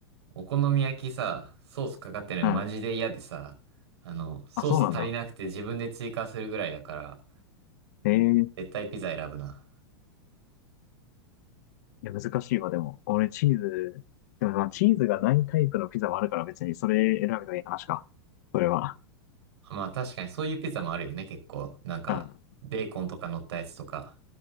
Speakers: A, on the right (about 85°); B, on the left (about 40°).
A: お好み焼きさ、ソースかかってるのマジで嫌でさ、
B: うん。
A: あの、ソース足りなくて自分で追加するぐらいだから、
B: あ、そうなんだ。ええ
A: 絶対ピザ選ぶな。
B: いや、難しいわ、でも。俺、チーズ、でもまあ、チーズがないタイプのピザもあるから別にそれ選べばいい話か。それは。
A: まあ確かにそういうピザもあるよね、結構。なんか、
B: うん。
A: ベーコンとか乗ったやつとか。